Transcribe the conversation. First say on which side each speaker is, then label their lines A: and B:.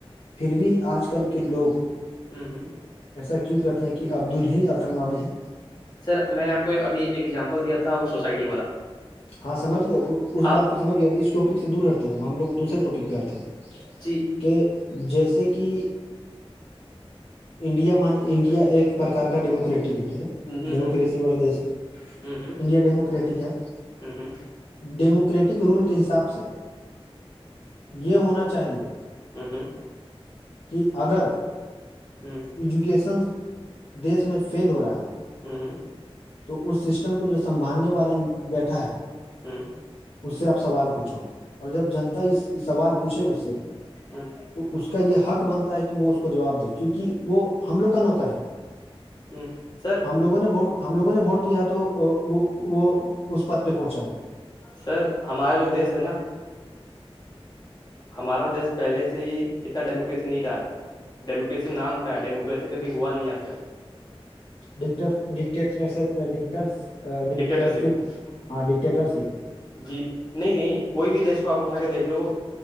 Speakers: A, on the left; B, on the left.
A: پھر بھی آج کل کے لوگ
B: ہوں ہوں
A: ایسا کیوں کہتے ہیں کہ عبد ال ہی آتنکوادی ہے
B: سر میں نے آپ کو ابھی ایک ایگزامپل دیا تھا وہ سوسائٹی والا
A: ہاں سجھ گیا اس
B: آپ
A: بات کو سمج گیا ا اسٹپک سے دور رہتے ہیںب ہم لگ دوسرے ٹاپک پہ آتے ہیں
B: جی
A: کہ جیسے کہ انڈیا مان انڈیا ایک پرکار کا ڈیموکریٹک ہے ٹھیک ہے
B: ہ ہ
A: ڈیموکریسی
B: ہ ہ
A: والا دیش
B: ہوں
A: انڈیا ڈیموکریٹک ہے
B: ہوں ہوں
A: ڈیموکریٹک رول کے حساب سے یہ ہونا چاہیے
B: ہوں ہوں
A: کہ اگر
B: ہوں
A: ایجوکیشن دیش میں فیل ہو رہا ہے
B: ہوں ہوں
A: تو اس سسٹم کو جو سنبھالنے والا بیٹھا ہے
B: ہوں
A: اس سے آپ سوال پوچھو اور جب جنتا اس سوال پوچھے اس سے
B: جچ
A: تو اس کا یہ حق بنتا ہے کہ وہ اس کو جواب دے کیونکہ وہ ہم لوگ کا نوکر ہے
B: ہوں سر
A: ہم لوگوں نے ووٹ ہم لوگوں نے ووٹ دیا ہے تو وہ وہ اس پد پہ پہنچا ہے
B: سر ہمارا جو دیس ہے نا ہمارا دیش پہلے سے ہی اتنا ڈیموکریسی نہیں رہا ڈیموکریسی نام کا ہے ڈیموکریسی کبھی ہوا نہیں ہے آج تک
A: ڈ ڈٹر ڈٹر ڈٹرشپ
B: ڈکٹیٹرشپ
A: ہاں ڈٹٹر شپ
B: جی نہیں نہیں کوئی بھی دیش کو آپ اٹھا کے دیکھ لو